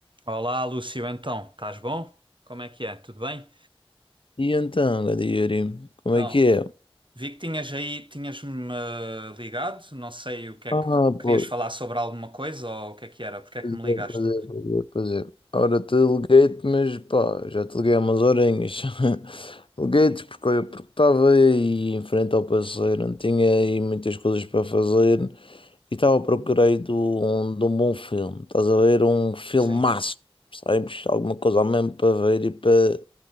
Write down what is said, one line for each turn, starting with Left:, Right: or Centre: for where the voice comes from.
Right: Olá, Lúcio, então, estás bom? Como é que é? Tudo bem?
Left: E então, Gadiri, como
Right: Então,
Left: é que é?
Right: vi que tinhas aí, tinhas-me eh, ligado, não sei o que é
Left: Ah,
Right: que querias
Left: pois,
Right: falar sobre alguma coisa ou o que é que era, porque é
Left: pois
Right: que me
Left: é,
Right: ligaste?
Left: pois é, pois é, pois é. Ora, te liguei-te, mas pá, já te liguei há umas horinhas. <laughs> Liguei-te porque porque estava aí em frente ao parceiro, não tinha aí muitas coisas para fazer e estava à procura aí de um, de um bom filme. Estás a ver? Um filmaço,
Right: Sim.
Left: sabes? Alguma coisa mesmo para ver e para